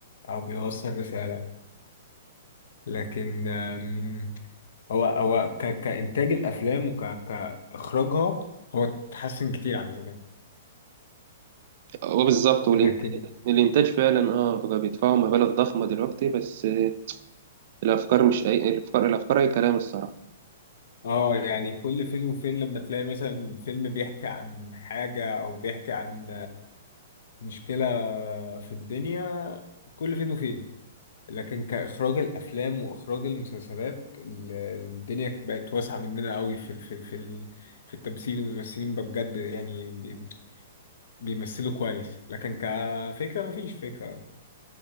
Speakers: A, on the left; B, on the right.
A: أو بيوصل رسالة لكن آم، هو هو ك... كإنتاج الأفلام وك... كإخراجها هو اتحسن كتير عن زمان
B: هو بالظبط والانتاج
A: لكن
B: الانتاج فعلا اه بقى بيدفعوا مبالغ ضخمه دلوقتي بس آه، الافكار مش اي الافكار الافكار اي كلام الصراحه
A: اه يعني كل فين وفين لما تلاقي مثلا فيلم بيحكي عن حاجة أو بيحكي عن مشكلة في الدنيا كل فين وفين لكن كإخراج الأفلام وإخراج المسلسلات ال- الدنيا بقت واسعة مننا قوي في ال... في ال... في ال... في التمثيل والممثلين بقى بجد يعني بي... بيمثلوا كويس لكن كفكرة مفيش فكرة